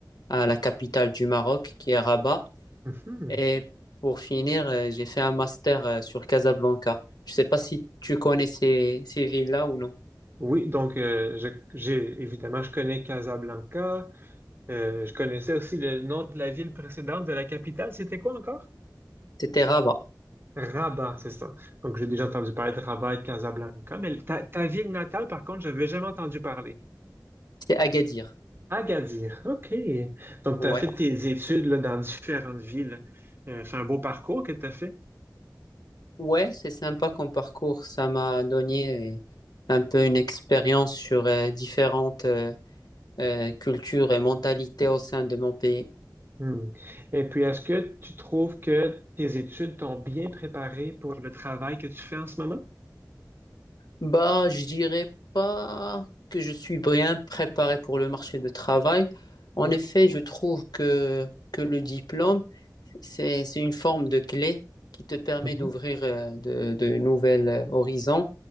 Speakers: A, on the left (about 65°); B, on the right (about 30°).
A: à la capitale du Maroc, qui est Rabat.
B: mhm.
A: Et pour finir, euh, j'ai fait un master euh, sur Casablanca. Je ne sais pas si tu connais ces, ces villes-là ou non.
B: Oui, donc euh, je- j'ai évidemment je connais Casablanca. Euh, je connaissais aussi le nom de la ville précédente de la capitale. C'était quoi encore?
A: C'était Rabat,
B: Rabat, c'est ça. Donc, j'ai déjà entendu parler de Rabat et de Casablanca, mais ta, ta ville natale, par contre, je n'avais jamais entendu parler.
A: c'est Agadir.
B: Agadir, OK. Donc,
A: Ouais,
B: tu as fait tes études là, dans différentes villes. Euh, c'est un beau parcours que tu as fait.
A: ouais, c'est sympa comme parcours. Ça m'a donné euh, un peu une expérience sur euh, différentes euh, euh, culture et mentalité au sein de mon pays?
B: Hmm. Et puis, est-ce que tu trouves que tes études t'ont bien préparé pour le travail que tu fais en ce moment?
A: Bah, je dirais pas que je suis bien préparé pour le marché de travail.
B: Non.
A: En effet, je trouve que, que le diplôme, c'est, c'est une forme de clé qui te permet
B: Mhm,
A: d'ouvrir euh, de, de nouvelles euh, horizons.